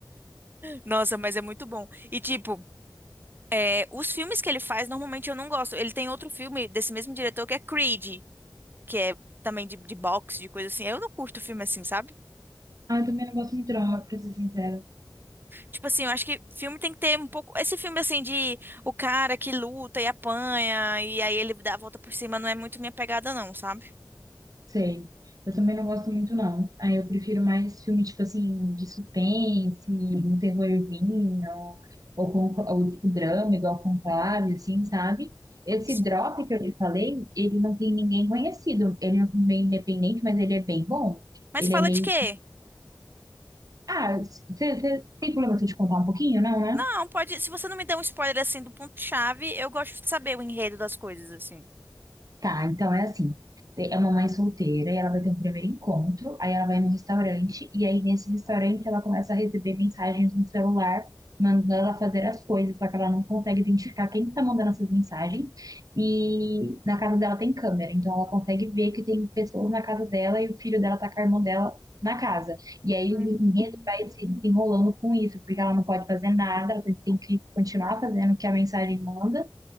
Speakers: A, on the right (about 25°); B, on the right (about 55°).
A: Nossa, mas é muito bom. E tipo, é, os filmes que ele faz, normalmente eu não gosto. Ele tem outro filme desse mesmo diretor que é Creed, que é também de, de boxe, de coisa assim. Eu não curto filme assim, sabe?
B: Ah, eu também não gosto muito, não, pra ser sincera.
A: Tipo assim, eu acho que filme tem que ter um pouco. Esse filme, assim, de o cara que luta e apanha, e aí ele dá a volta por cima, não é muito minha pegada, não, sabe?
B: Sei. Eu também não gosto muito, não. Aí eu prefiro mais filme, tipo assim, de suspense, um terrorzinho, ou, ou, com- ou, tipo drama, igual Conclave, assim, sabe? Esse
A: Sim.
B: Drop que eu te falei, ele não tem ninguém conhecido. Ele é meio independente, mas ele é bem bom.
A: Mas
B: Ele
A: fala
B: é meio.
A: de quê?
B: Ah, você tem problema se eu te contar um pouquinho, não, né?
A: Não, pode. Se você não me der um spoiler, assim, do ponto-chave, eu gosto de saber o enredo das coisas, assim.
B: Tá, então é assim. te- É uma mãe solteira e ela vai ter um primeiro encontro, aí ela vai num restaurante e aí nesse restaurante ela começa a receber mensagens no celular mandando ela fazer as coisas, só que ela não consegue identificar quem está mandando essas mensagens. E na casa dela tem câmera, então ela consegue ver que tem pessoas na casa dela e o filho dela tá com a irmã dela na casa. E aí
A: Hum,
B: o enredo vai se desenrolando com isso, porque ela não pode fazer nada, ela tem que continuar fazendo o que a mensagem manda.